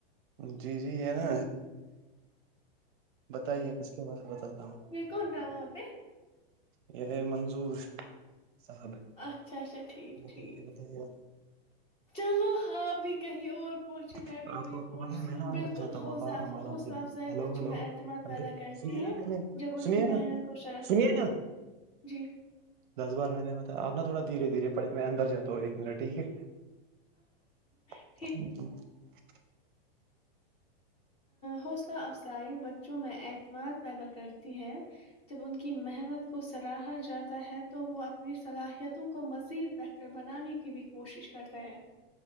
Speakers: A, on the right (about 55°); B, on the left (about 20°).
A: جی جی ہے نا بتائیے اس کے بعد بتاتا ہوں
B: م کون تھا وہاں پہ
A: یہ منظور صاحب
B: اچھا اچھا ٹھیک
A: ہے۔ بتائیے
B: ٹھیک
A: بتائیے
B: چلو ہاں بھی کہیں اور پہنچے میں
A: آپ
B: ابھی وہیں
A: آپ کو آپ
B: پہنچتی
A: کو پتا ہے میں
B: ہوں
A: نا اندر
B: بالکل
A: جاتا ہوں
B: حوصلہ
A: آپ آرام آرام
B: حوصلہ
A: سے
B: افزائی
A: ہلو
B: بچوں
A: ہلو
B: میں اعتماد پیدا کرتی
A: سنیے
B: ہے
A: نا پہلے
B: جب ان
A: سنیے
B: کی محنت
A: نا
B: کو شرح
A: سنیے نا
B: جی
A: دس بار میںہ نے بتا آپ ن تھڑا دھیر دھیرے پڑے میں اندر جات ہوں ایک منٹ ٹھیک ہے
B: ا
A: <unintelligible>
B: حوصلہ افزائی بچوں میں اعتماد پیدا کرتی ہے جب ان کی محنت کو سراہا جاتا ہے تو وہ اپنی صلاحیتوں کو مزید بہتر بنانے کی بھی کوشش کرتا ہے